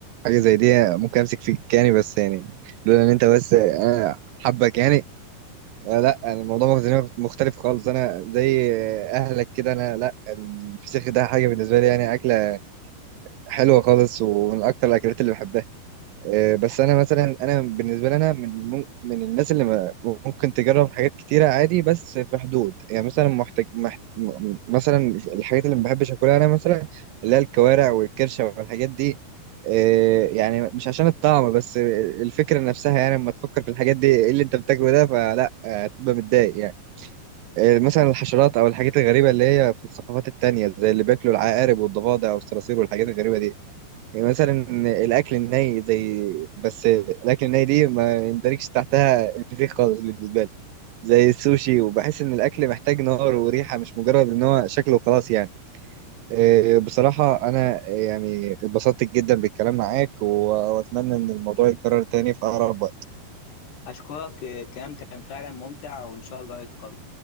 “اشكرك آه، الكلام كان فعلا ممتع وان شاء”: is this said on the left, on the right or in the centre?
Left